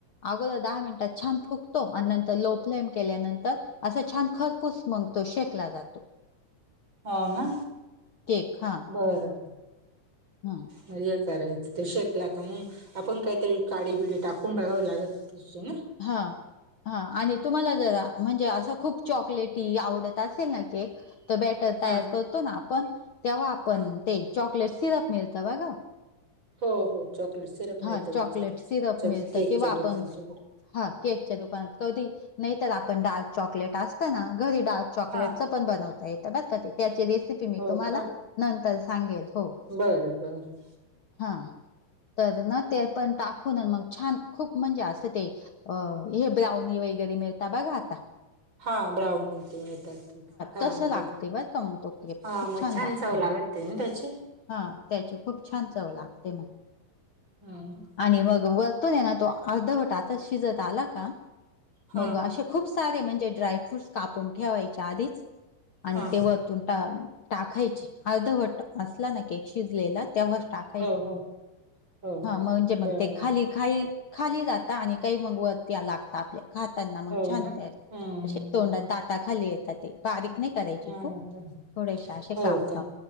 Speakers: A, on the left (about 45°); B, on the right (about 35°).
A: अगोदर दहा मिनिटात छान फुगतो आणि नंतर लो फ्लेम केल्यानंतर. असं छान खरपूस मग तो शेकला जातो.
B: हो ना
A: केक हां
B: बर.
A: हां
B: मग हे करायचं तो शेकला का मग आपण काहीतरी काडी बिडी टाकून बघावं लागत. तशी ना.
A: ''हां'' हा आणि तुम्हाला जरा म्हणजे असं खूप चॉकलेटी आवडत असेल ना केक. तर बॅटर
B: हा
A: तयार करतो ना आपण तेव्हा आपण
B: हा
A: ते चॉकलेट सिरप मिळतं बगाव.
B: हो हो चॉकलेट सिरप मिळत
A: हा
B: याच्यातच
A: चॉकलेट सिरप मिळतं
B: केकच्या
A: किंवा आपण
B: दुकानात गेल्यावर.
A: हा केकच्या दुकानात कधी नाही तर आपण डार्क. चॉकलेट असतना घरी डार्क चॉकलेट
B: हा
A: चं पण बनवता येतं बर का ते त्याचे रेसपि. की
B: हो
A: तुम्हाला
B: का
A: नंतर सांगेल हो.
B: बरं बरं.
A: हा तर न ते पण टाकून मग छान खूप म्हणजे असं ते. अ हे ब्राऊनी वगैरे मिळता बघा आता.
B: हां ब्राऊनी ते येतात. मिक्स हा
A: तसं
B: मग
A: लागते
B: तोटा
A: बरं का मग तो क्रेप
B: हा
A: खूप
B: मग छान
A: लागतो
B: चव
A: मग
B: लागती ना त्याची.
A: हा त्याची खूप छान चव लागते मग.
B: हा ना.
A: आणि मग वरतून हे ना तो अर्धवटाचा शिजत आला का.
B: हा
A: मग असे खूप सारे म्हणजे ड्रायफ्रूट्स कापून ठेवायचे आधीच. आणि
B: हा
A: ते वरतून टाक ''--'' टाकायची अर्धवट असला ना केक शिजलेला तेव्हा टाक ''--''
B: हो हो, हो
A: हा
B: का
A: म्हणजे मग
B: बर
A: ते खाली खाई खाली जाता आणि काही मग वर लागता. आपल्या खाताना
B: हो
A: मग छान
B: ना
A: ते
B: हम्म
A: असे तोंडात दाता खाली येतात ते. बारीक नाही करायची
B: हा
A: खूप. थोडेसे असे
B: हो
A: काप
B: का
A: काप